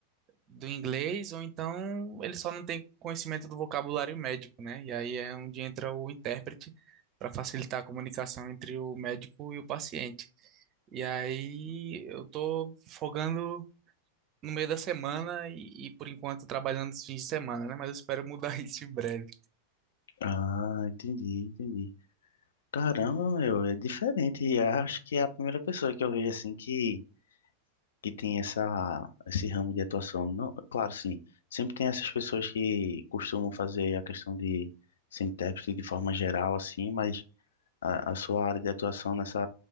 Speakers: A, on the right; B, on the left.
A: do inglês, ou então ele só não tem conhecimento do vocabulário médico, né? E aí é onde entra o intérprete para facilitar a comunicação entre o médico e o paciente. E aí eu tô folgando no meio da semana e, e por enquanto trabalhando os fins de semana, né? Mas eu espero mudar <laughs> isso em breve.
B: Ah, entendi, entendi. Caramba, meu, é diferente. E Acho que é a primeira pessoa que eu vejo assim que, que tem essa, esse ramo de atuação. Não, claro, sim. Sempre tem essas pessoas que costumam fazer a questão de ser intérprete de forma geral, assim, mas. a, a sua área de atuação nessa